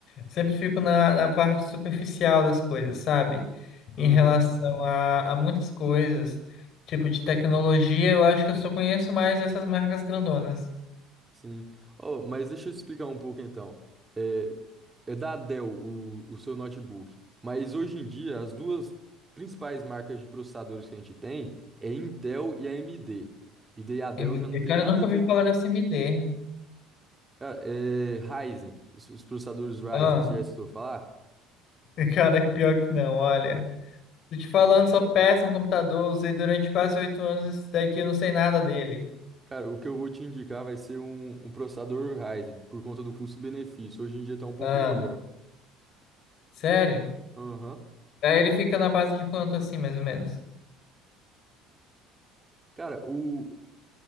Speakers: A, on the left (about 55°); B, on the right (about 15°).
A: sempre fico na, na parte superficial das coisas, sabe? Em
B: Aham.
A: relação a, a muitas coisas, tipo de tecnologia, eu acho que eu só conheço mais essas marcas grandonas.
B: Sim. Oh, mas deixa eu explicar um pouco então. É, é da Dell o, o seu notebook. Mas hoje em dia, as duas principais marcas de processadores que a gente tem é Intel e a AMD. E daí a Dell
A: M
B: já
A: D.
B: não tem
A: cara,
B: nada
A: eu nunca
B: a ver.
A: ouvi falar dessa MD.
B: Ah, é Ryzen, os, os processadores Ryzen,
A: Ah,
B: você já escutou falar?
A: <laughs> cara, pior que não, olha. Tô te falando, sou péssimo computador, usei durante quase oito anos esse daqui, eu não sei nada dele.
B: Cara, o que eu vou te indicar vai ser um, um processador Ryzen, por conta do custo-benefício. Hoje em dia tá um pouco
A: Ah,
B: melhor.
A: sério?
B: Aham.
A: Aí
B: Ô,
A: ele fica na base de quanto assim, mais ou menos?
B: cara, o.